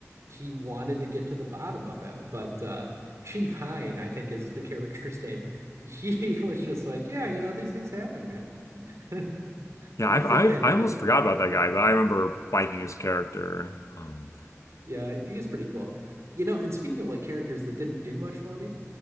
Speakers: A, on the right (about 65°); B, on the left (about 70°).
A: He wanted to get to the bottom of it, but uh, Chief Hine, I think, is the character's name. He <laughs> was just like, yeah, you know, these things happen, man. <laughs>
B: Yeah,
A: These
B: I've, I've
A: things happen.
B: I
A: Don't
B: almost
A: worry
B: forgot
A: about
B: about
A: it.
B: that guy, but I remember liking his character. Um,
A: Yeah, he was pretty cool. You know, and speaking of like characters that didn't do much for me,